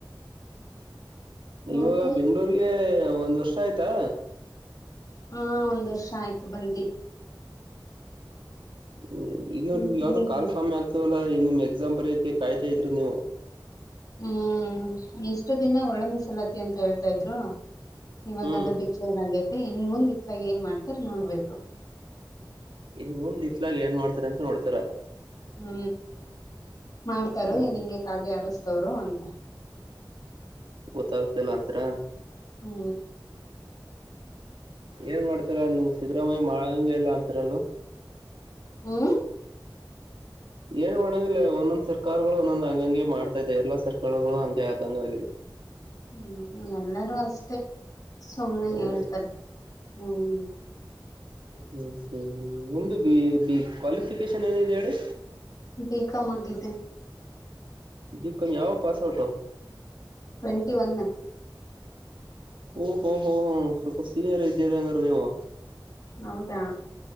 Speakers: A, on the right; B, on the left.
A: ಇವಾಗ
B: ಮತ್ತೆ
A: ಬೆಂಗ್ಗಳೂರಿಗೆ ಒಂದ್ ವರ್ಷ ಆಯ್ತಾ.
B: ಹಾ ಒಂದ ವರ್ಷ ಆಯ್ತು ಬಂದಿ.
A: ಹು ಇನ್ನು
B: ಈಗಿಲ್ಲ
A: ನಿಮಗೆ ಯಾವ್ದ
B: ಇದು
A: ಕಾಲ್ ಫಾರ್ಮ ಆಗ್ತವಲ್ಲಾ ನಿಮ್ಮ ಎಕ್ಸಾಮ್ ಬರಯಕ್ಕೆ ಕಾಯ್ತಾ ಇದ್ರಿ ನೀವು.
B: ಹ ಇಷ್ಟು ದಿನಾ ಒಳ ಮೀಸಲಾತಿ ಅಂತ ಹೇಳ್ತಾ ಇದ್ರು ಇವಾಗ
A: ಹ್ಮ್
B: ಡಿ ಇವಾಗಹಗೈತೆ ಇನ ಮುಂದ ಇತ್ತಾಗ ಏನ ಮಾಡ್ತಾರ ನೋಡ್ಬೇಕು.
A: ಇನ ಮುಂದ ಇತ್ಲಾಗ ಏನ ಮಾಡ್ತಾರ ಅಂತ ನೋಡ್ತಿರ.
B: ಹು ಮಾಡ್ತಾರು
A: ಹ್ಮ್
B: ಎನ
A: ಹ್ಮ್
B: ಹಿಂಗೆ ಕಾಗೆ ಹಾರಸ್ತವ್ರು ಅಂತ.
A: ಗೊತ್ತಾಗತಿಲ್ಲಾ ಅಂತತ್ರಾ.
B: ಹು
A: ಏನ್ ಮಾಡತ್ತೀರಾ ನೀಮ್ಮ ಸಿದ್ದರಾಮಯ್ಯ ಮಾಡಂಗೆಲ್ಲಾ ಅಂತರಲ್ವಾ.
B: ಹು
A: ಏನ್ ಮಾಡಂಗಿಲ್ಲ ಒಂದೊಂದ್ ಸರ್ಕಾರಗಳು ಒಂದೊಂದ್ ಹಂಗಂಗೆ ಮಾಡ್ತಾ ಇದೆ ಎಲ್ಲಾ ಸರ್ಕಾರಗಳು ಹಂಗೆ ಆದಂಗ ಆಗಿದೆ
B: ಹ್ಮ್ ಎಲ್ಲರೂ ಅಷ್ಟೇ ಸುಮ್ನೆ
A: ಹ್ಮ್
B: ಹೇಳ್ತಾರೆ ಹ್ಮ್
A: ಹ್ಮ್ ಹ್ಮ್ ನಿಮ್ದು ಬಿ ಬಿ ಕ್ವಾಲಿಫಿಕೇಶನ್ ಏನಿದೆ ಹೇಳಿ
B: ಬಿ. ಕಾಮ್ ಆಗಿದೆ
A: ಬಿಕಾಮ್ ಯಾವೋ ಪಾಸ್ಔಟೋ
B: ಟ್ವೆಂಟಿ ಒನ್
A: ಓ ಹೊ ಹೊ ಹ್ಮ್ ಸ್ವಲ್ಪ ಸೀನಿಯರ್ ಇದ್ದಿರಾ ಅಂಗಾರೆ ನೀವು
B: ಹೌದಾ